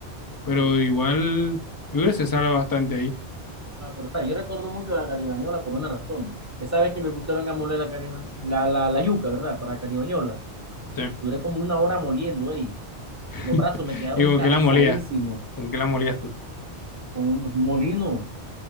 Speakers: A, on the left (about 35°); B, on the right (about 15°).
A: Pero
B: Sí.
A: igual, yo creo que se salva bastante ahí.
B: Ah, pero, o sea, yo recuerdo mucho la caribañola por una razón. Esa vez que me pusieron a moler la, cariba- la, la, la yuca, ¿verdad? Para la caribañola.
A: Sí.
B: Duré como una hora moliendo ahí.
A: <laughs>
B: Los brazos me quedaron
A: ¿Y con
B: cansadísimos
A: qué la molías? ¿Con qué la molías tú?
B: con unos molinos